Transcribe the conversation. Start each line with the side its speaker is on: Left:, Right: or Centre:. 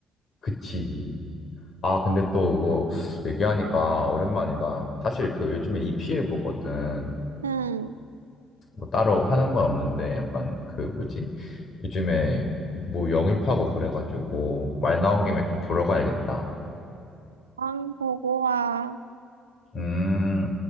Left: 그치. 아, 근데 또 그거 얘기하니까 오랜만이다. 사실 그 요즘에 EPL 보거든.
Right: 응,
Left: 뭐 따로 하는 건 없는데 약간 그 뭐지? 요즘에 뭐 영입하고 그래가지고 말 나온 김에 좀 보러 가야겠다.
Right: 왕 보고 와.
Left: 음.